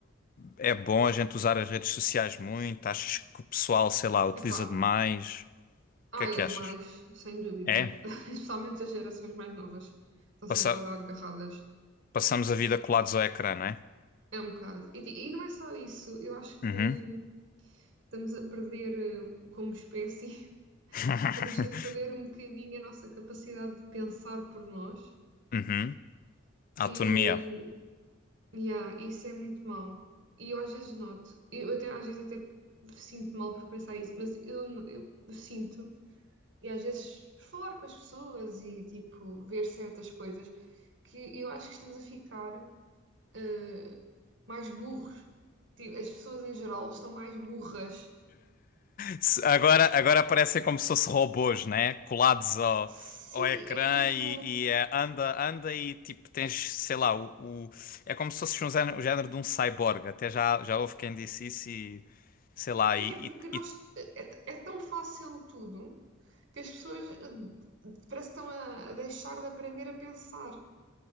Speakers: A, on the left; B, on the right.
A: é bom a gente usar as redes sociais muito? Achas que o pessoal, sei lá, utiliza
B: Epá,
A: demais?
B: ai,
A: O que é que
B: é
A: achas?
B: demais, sem dúvida.
A: É?
B: <laughs> Especialmente as gerações mais novas estão
A: Passa.
B: sempre agarradas.
A: Passamos a vida colados ao ecrã, não é?
B: É um bocado. E, ti- e não é só isso, eu acho
A: Uhum.
B: que estamos a perder, eh, como espécie,
A: <laughs>
B: <laughs> estamos a perder um bocadinho a nossa capacidade de pensar por nós.
A: Uhum. Autonomia.
B: E yeah, isso é muito mau. E eu às vezes noto, eu até, às vezes até sinto mal por pensar isso, mas eu, eu sinto, e às vezes por falar com as pessoas e tipo ver certas coisas, que eu acho que estamos a ficar eh, mais burros. Tipo, as pessoas em geral estão mais burras.
A: Se- Agora, agora parecem como se fossem robôs, né? Colados ao,
B: Sim,
A: ao ecrã
B: é tipo,
A: e, e, eh, anda, anda e tipo tens, sei lá, o, o- é como se fosse um género, o género de um cyborg. Até já, já houve quem disse isso e sei lá,
B: é
A: e,
B: porque nós
A: e- e-
B: é, é é tão fácil tudo que as pessoas eh, parece que estão a, a deixar de aprender a pensar.